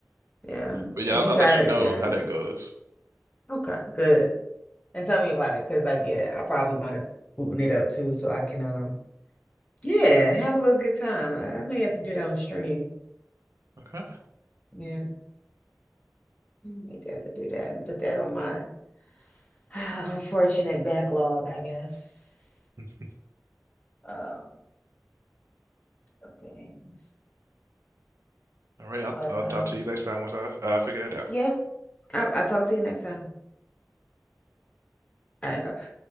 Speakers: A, on the left; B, on the right.
A: Yeah.
B: but yeah,
A: If
B: I'll,
A: you
B: I'll
A: got
B: let you know
A: it, yeah.
B: how that goes.
A: Okay, good. And tell me about it, because like, yeah, I probably want to booting it up too, so I can um yeah, have a little good time. I I may have to do that on stream.
B: Okay.
A: Yeah. I may have to do that and put that on my <sighs> unfortunate backlog, I guess.
B: <laughs>
A: Um, of things.
B: All right, I'll,
A: But
B: I'll
A: um
B: talk to you next time once I uh, figure that out.
A: yeah, i I'll talk to you next time. All right, bye.